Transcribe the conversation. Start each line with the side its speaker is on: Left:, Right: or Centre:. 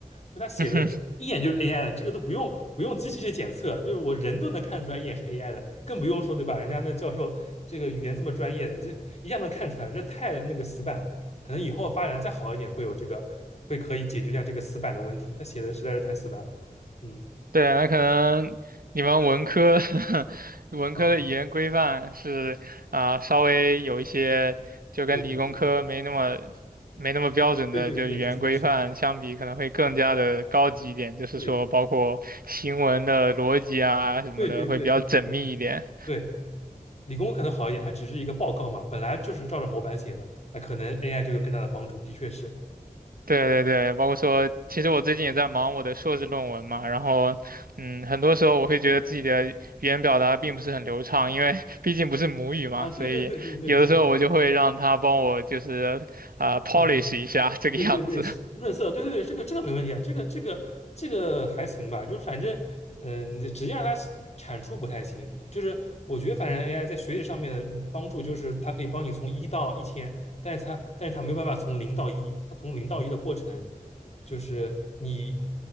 Left: 就他写的一眼就是
Right: <laughs>
Left: AI 的，这个都不用不用机器去检测，就是我人都能看出来一眼是 AI 的，更不用说对吧？人家那教授这个语言这么专业的，这一下能看出来，这太那个死板了。可能以后发展再好一点，会有这个会可以解决一下这个死板的问题。他写的实在是太死板了，嗯
Right: 对，那可能你们文科 <laughs> 文科的语言规范是啊、
Left: 嗯，
Right: 稍微有一些就跟理工科没那么
Left: 对。
Right: 没那么标准的，
Left: 对对对，
Right: 就语言规范相比，
Left: 是的，是的
Right: 可能会更加的高级一点，就是说包括行文的逻辑啊什么的会比较缜密一点。
Left: 对对对对，嗯，对，理工可能好一点，它只是一个报告嘛，本来就是照着模板写的，那可能 AI 就有更大的帮助，的确是
Right: 对对对，包括说，其实我最近也在忙我的硕士论文嘛，然后，嗯，很多时候我会觉得自己的语言表达并不是很流畅，因为毕竟不是母语嘛，
Left: 啊，对对对对对，
Right: 所以有的时候我就会让他帮我就是啊、
Left: 是的，
Right: polish
Left: 啊，
Right: 一下这个样子，
Left: 对对对对，
Right: <laughs>
Left: 润色，对对对，这个这个没问题啊，这个这个这个还行吧，就是反正，嗯、你就直接让它产出不太行，就是我觉得反正 AI 在学习上面的帮助就是它可以帮你从一到一千，但是它但是它没有办法从零到一，它从零到一的过程就是你